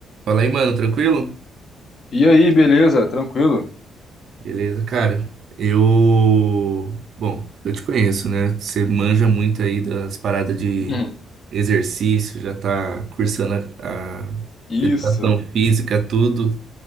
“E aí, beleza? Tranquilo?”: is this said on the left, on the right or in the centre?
Left